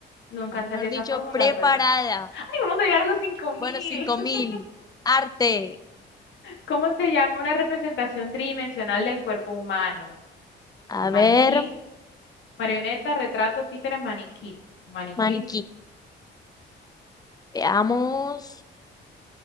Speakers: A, on the left; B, on the left.
A: nunca
B: Estás,
A: entendí
B: Mejor
A: esa
B: dicho,
A: fórmula,
B: preparada.
A: pero <laughs> ¡ay, vamos a llegar a los cinco mil
B: Bueno, cinco
A: <laughs>
B: mil Arte.
A: ¿Cómo se llama una representación tridimensional del cuerpo humano?
B: A
A: Maniquí,
B: ver,
A: marioneta, retrato, títere, maniquí. Maniquí.
B: maniquí. Veamos.